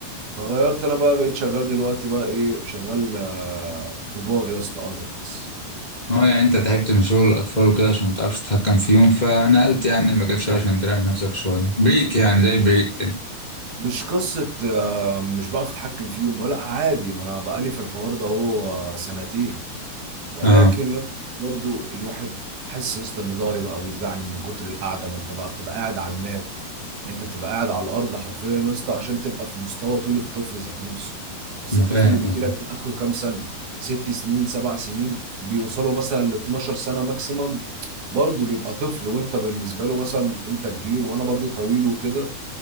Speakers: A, on the right; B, on the left.
A: فغيرت انا بقى بقيت شغال دلوقتي بقى ايه شغال آه، كبار يا اسطى ادلتس
B: اه يعني انت تعبت من شغل الاطفال وكده عشان ما تعرفش تتحكم فيهم فنقلت يعني المجال شويه عشان تريح نفسك شويه بريك يعني زي بريك كده
A: مش قصه آه، مش بعرف اتحكم فيهم لا عادي ما انا بقالي في الحوار ده اهو آه، سنتين ولكن
B: اه
A: يا اسطى برضو الواحد حاسس يا اسطى ان ضهري بقى بيوجعني من كتر القعده ما انت بقى بتبقى قاعد على المات يعني انت بتبقى قاعد على الارض حرفيا يا اسطى عشان تبقى في مستوى طول الطفل ذات نفسه بس
B: انا
A: الطفل
B: فاهم
A: اللي بيجي
B: قصدك
A: لك ده اخره كام سنه ست سنين سبع سنين بيوصلوا مثلا ل 12 سنه ماكسيمم برضه بيبقى طفل وانت بالنسبه له مثلا انت كبير وانا برضه طويل وكده